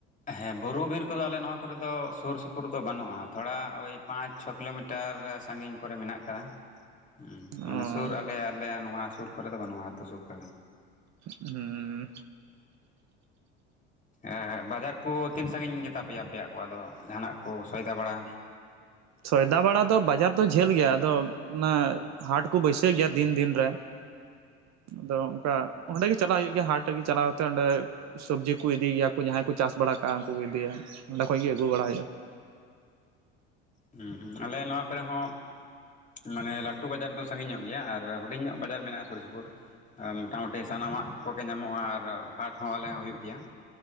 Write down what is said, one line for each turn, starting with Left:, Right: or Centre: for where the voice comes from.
Left: ᱦᱮᱸ ᱵᱩᱨᱩ ᱵᱤᱨ ᱠᱩᱫᱚ ᱟᱞᱮ ᱱᱚᱣᱟ ᱠᱚᱨᱮ ᱫᱚ ᱥᱩᱨ ᱥᱩᱯᱩᱨ ᱫᱚ ᱵᱟᱹᱱᱩᱜᱼᱟ ᱛᱷᱚᱲᱟ ᱳᱭ ᱯᱟᱸᱪ ᱪᱷᱚ ᱠᱤᱞᱳᱢᱤᱴᱟᱨ ᱥᱟᱺᱜᱤᱧ ᱠᱚᱨᱮ ᱢᱮᱱᱟᱜ ᱟᱠᱟᱫᱟ
Right: <inaudible>
Left: ᱦᱚᱸ
Right: ᱚ
Left: ᱢᱟᱱᱮ ᱥᱩᱨ ᱟᱞᱮ ᱟᱞᱮ ᱱᱚᱣᱟ ᱥᱩᱨ ᱠᱚᱨᱮ ᱫᱚ ᱵᱟᱹᱱᱩᱜᱼᱟ ᱟᱹᱛᱩ ᱥᱩᱨ ᱠᱚᱨᱮ ᱫᱚ
Right: ᱦᱩᱸ
Left: ᱮᱻ ᱵᱟᱡᱟᱨ ᱠᱚ ᱛᱤᱱ ᱥᱟᱺᱜᱤᱧ ᱜᱮᱛᱟ ᱯᱮᱭᱟ ᱟᱯᱮᱭᱟᱜ ᱠᱚ ᱟᱫᱚ ᱡᱟᱦᱟᱱᱟᱜ ᱠᱚ ᱥᱚᱭᱫᱟ ᱵᱟᱲᱟ
Right: ᱥᱚᱭᱫᱟ ᱵᱟᱲᱟ ᱫᱚ ᱵᱟᱡᱟᱨ ᱫᱚ ᱡᱷᱟᱹᱞ ᱜᱮᱭᱟ ᱟᱫᱚ ᱚᱱᱟ ᱦᱟᱴ ᱠᱚ ᱵᱟᱹᱭᱥᱟᱹᱣ ᱜᱮᱭᱟ ᱫᱤᱱ ᱫᱤᱱ ᱨᱮ ᱟᱫᱚ ᱚᱱᱠᱟ ᱚᱸᱰᱮ ᱜᱮ ᱪᱟᱞᱟᱜ ᱦᱩᱭᱩᱜ ᱜᱮᱭᱟ ᱦᱟᱴ ᱨᱮᱜᱮ ᱪᱟᱞᱟᱣ ᱠᱟᱛᱮ ᱚᱸᱰᱮ ᱥᱚᱵᱽᱡᱤ ᱠᱩ ᱤᱫᱤᱭ ᱜᱤᱭᱟ ᱠᱩ ᱡᱟᱦᱟᱸᱭ ᱠᱩ ᱪᱟᱥ ᱵᱟᱲᱟ ᱠᱟᱜᱼᱟ ᱩᱱᱠᱩ ᱠᱚ ᱤᱫᱤᱭᱟ ᱚᱸᱰᱮ ᱠᱷᱚᱡ ᱜᱤ ᱟᱹᱜᱩ ᱵᱟᱲᱟᱟᱭ ᱦᱩᱭᱩᱜᱼᱟ
Left: ᱦᱸ ᱦᱸ ᱟᱞᱮ ᱱᱚᱣᱟ ᱠᱚᱨᱮ ᱦᱚᱸᱚᱸ ᱢᱟᱱᱮ ᱞᱟᱹᱴᱩ ᱵᱟᱡᱟᱨ ᱫᱚ ᱥᱟᱺᱜᱤᱧ ᱧᱚᱜ ᱜᱮᱭᱟ ᱟᱨ ᱦᱩᱰᱤᱧ ᱧᱚᱜ ᱵᱟᱡᱟᱨ ᱢᱮᱱᱟᱜᱼᱟ ᱥᱩᱨ ᱥᱩᱯᱩᱨ ᱟᱨ ᱢᱳᱚᱴᱟᱢᱩᱴᱤ ᱥᱟᱱᱟᱢᱟᱜ ᱠᱚᱜᱮ ᱧᱟᱢᱚᱜᱼᱟ ᱟᱨ ᱦᱟᱴ ᱦᱚᱸ ᱟᱞᱮ ᱦᱚᱸ ᱦᱩᱭᱩᱜ ᱜᱮᱭᱟ